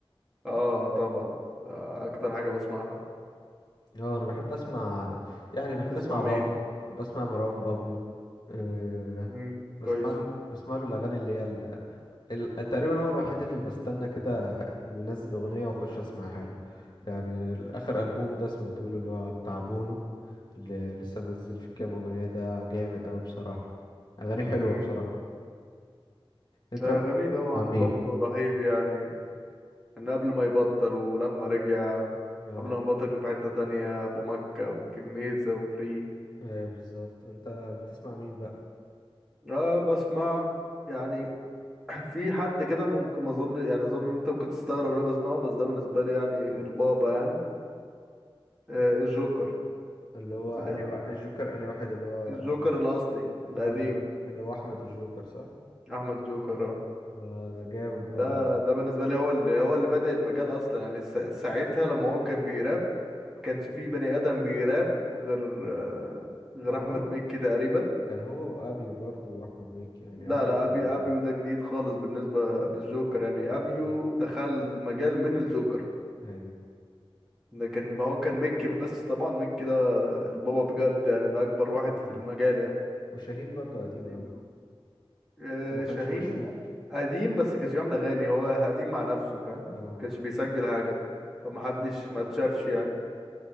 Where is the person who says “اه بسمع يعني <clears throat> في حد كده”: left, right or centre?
Centre